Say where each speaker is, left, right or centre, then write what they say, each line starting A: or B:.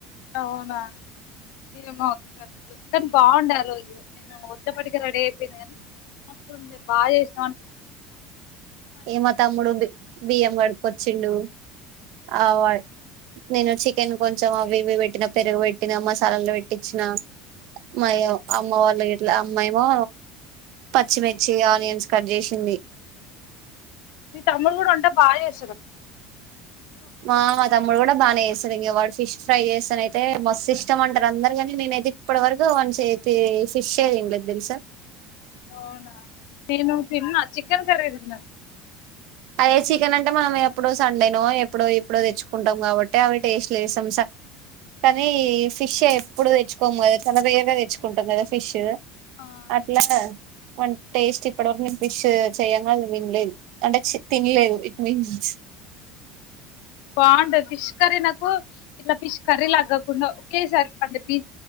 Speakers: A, on the left; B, on the right.
A: అవునా ఏమో అక్క అసలు కానీ బాగుండే ఆ రోజు నేను ఒచ్చేప్పటికే రెడీ అయిపోయింది కానీ మస్తుండే బాగా చేశ్
B: ఏ మా తమ్ముడు బి బియ్యం కడుకొ చిండు ఆవయ్ నేను చికెన్ కొంచెం అవి ఇవి వెట్టిన పెరుగు వెట్టిన మసాలాలు వెట్టిచ్చిన మయొ అమ్మ వాళ్ళు ఇట్లా అమ్మా ఏమో పచ్చిమిర్చి ఆనియన్స్ కట్ చేసింది
A: మీ తమ్ముడు కూడా వంట బాగా చేస్
B: మా తమ్ముడు కూడా బానే చేస్తాడు ఇంగా వాడు ఫిష్ ఫ్రై చేస్తేనైతే మస్తు ఇష్టం అంటరు అందరు గానీ నేనైతే ఇప్పటి వరకు వన్ చేతి ఫిష్షే తినలేదు తెలుసా
A: అవునా నేను తిన్న చికెన్ కర్రీ తిన్న
B: అదే చికెన్ అంటే మనం ఎప్పుడో సండేనో ఎ అప్పుడో ఇప్పుడో తెచ్చుకుంటాం కాబట్టి అవి టేస్ట్ లేస్తాం స కానీ ఫిష్ ఎప్పుడు తెచ్చుకోము కదా చాలా రేర్ గా తెచ్చుకుంటాం కదా ఫిష్
A: ఆ
B: అట్లా వాన్ టేస్ట్ ఇప్పడవరకు నేను ఫిష్ చేయంగా వినలేదు అంటే చి తినలేదు ఇట్ మీన్స్
A: బాగుంటది ఫిష్ కర్రీ నాకు ఇట్ల ఫిష్ కర్రీ లా కాకుండా ఒకేసారి అడి పీజ